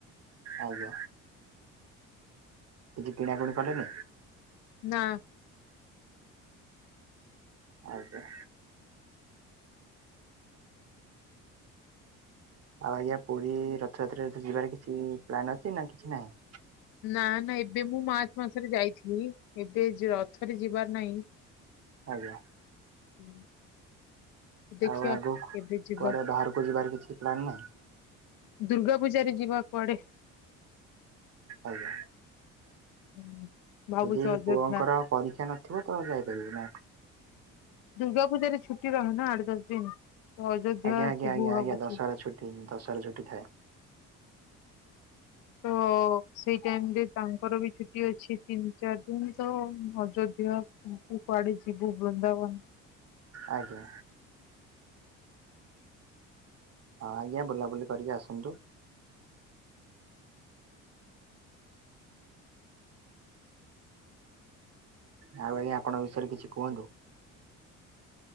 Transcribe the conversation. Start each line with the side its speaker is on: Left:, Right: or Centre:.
Right: ଆଜ୍ଞା କିଛି କିଣାକୁଣି କଲେନି?
Left: ନା।
Right: ଆଜ୍ଞା। ଆଉ ଆଜ୍ଞା ପୁରୀ ରଥଯାତ୍ରାରେ ଯିବାର କିଛି ପ୍ଲାନ ଅଛି ନା କିଛି ନାହିଁ?
Left: ନା ନା ଏବେ ମୁଁ ମାର୍ଚ୍ଚ ମାସରେ ଯାଇଥିଲି। ଏବେ ରଥରେ ଯିବାର ନାହିଁ।
Right: ଆଜ୍ଞା।
Left: ହୁଁ। ଦେଖିବା
Right: ଆଉ ଆଗକୁ
Left: କେବେ ଯିବା
Right: କୁଆଡେ ବାହାରକୁ ଯିବାର କିଛି ପ୍ଲାନ ନାହିଁ?
Left: ଦୁର୍ଗା ପୂଜାରେ ଯିବା କୁଆଡେ।
Right: ଆଜ୍ଞା।
Left: ହୁଁ। ଭାବୁଛୁ
Right: ଯଦି
Left: ଅଯୋଧ୍ୟା
Right: ପୁଅଙ୍କର ପରୀକ୍ଷା ନଥିବ ତ ଯାଇପାରିବେ ନା?
Left: ଦୁର୍ଗା ପୂଜାରେ ଛୁଟି ରହେ ନା ଆଠ ଦଶ ଦିନ। ତ ଅଯୋଧ୍ୟା
Right: ଆଜ୍ଞା ଆଜ୍ଞା
Left: ଯିବୁ
Right: ଆଜ୍ଞା
Left: ଭାବୁଛୁ
Right: ଆଞା ଦଶହରା ଛୁଟି ଦଶହରା ଛୁଟି ଥାଏ।
Left: ତୋ ସେଇ ଟାଇମରେ ତାଙ୍କର ବି ଛୁଟି ଅଛି ତିନି ଚାରି ଦିନ ତ ଅଯୋଧ୍ୟ ବୁ କୁଆଡ଼େ ଯିବୁ ବୃନ୍ଦାବନ।
Right: ଆଜ୍ଞା। ହଁ ଆଜ୍ଞା ବୁଲାବୁଲି କରିକି ଆସନ୍ତୁ। ଆଉ ଭାଇ ଆପଣଙ୍କ ବିଷୟରେ କିଛି କୁହନ୍ତୁ।